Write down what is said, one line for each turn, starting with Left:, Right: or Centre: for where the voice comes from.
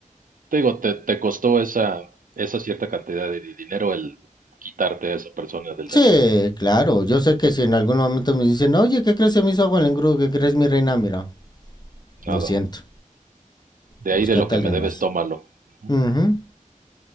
Right: te digo, te, te costó esa, esa cierta cantidad de di- dinero el quitarte a esa persona de
Left: sí,
Right: la vida, ¿no?
Left: claro, yo sé que si en algún momento me dicen, oye, ¿qué crees? Se me hizo agua el engrudo, ¿qué crees mi reina? Mira,
Right: Nada.
Left: lo siento,
Right: De
Left: búscate
Right: ahí de lo que
Left: a alguien
Right: me debes,
Left: más.
Right: tómalo. Ujú.
Left: Uh -huh.